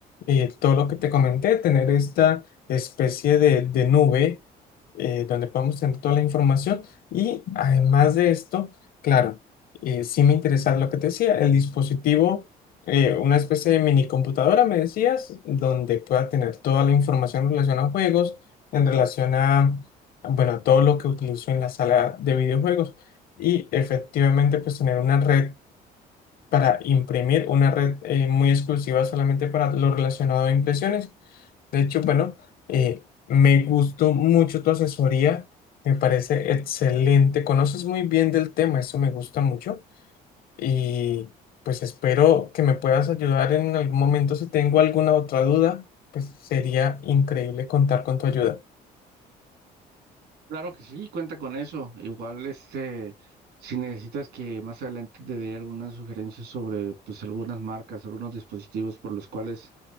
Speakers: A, on the left (about 60°); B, on the right (about 80°).
A: eh, todo lo que te comenté, tener esta especie de, de nube eh, donde podemos tener toda la información y además de esto, claro, eh, sí me interesa lo que te decía, el dispositivo eh, una especie de mini computadora, me decías, donde pueda tener toda la información en relación a juegos, en relación a, bueno, a todo lo que utilizo en la sala de videojuegos y efectivamente pues tener una red para imprimir, una red eh, muy exclusiva solamente para lo relacionado a impresiones. De hecho, bueno, eh, me gustó mucho tu asesoría, me parece excelente, conoces muy bien del tema, eso me gusta mucho. Y pues espero que me puedas ayudar en algún momento. Si tengo alguna otra duda, pues sería increíble contar con tu ayuda.
B: Claro que sí, cuenta con eso. Igual, este, si necesitas que más adelante te dé algunas sugerencias sobre, pues, algunas marcas, algunos dispositivos por los cuales